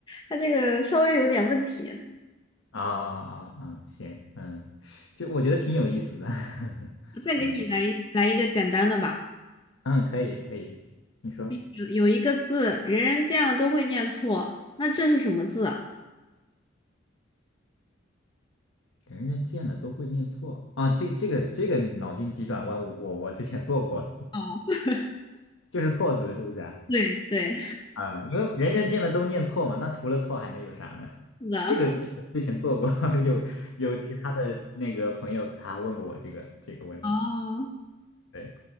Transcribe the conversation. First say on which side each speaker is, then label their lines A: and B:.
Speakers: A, on the left (about 25°); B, on the left (about 80°).
A: 他这个稍微有点问题。
B: 啊啊啊！啊行，嗯，就我觉得挺有意思的，<laughs>
A: 我再给你来一来一个简单的吧。
B: 嗯嗯，可以可以，你说
A: 有有一个字，人人见了都会念错，那这是什么字啊？
B: 人人见了都会念错啊？这这个这个脑筋急转弯我，我我之前做过，
A: 哦，<laughs>
B: <laughs> 就是错字是不是啊？
A: 对对，
B: 啊，因为人人见了都念错嘛，那除了错还能有啥呢？
A: 是的。
B: 这个这个之前做过，
A: <laughs>
B: <laughs> 有有其他的那个朋友他问过我这个这个问题。
A: 哦，
B: 对，